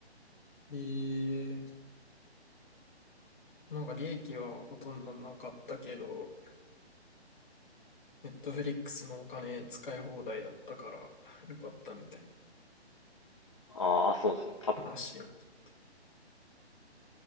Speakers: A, on the left (about 45°); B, on the left (about 30°).
A: ええなんか利益はほとんどなかったけど、ネットフリックスのお金使い放題だったからよかったみたい
B: ああ、そうそう、多分ね。
A: な話を聞い。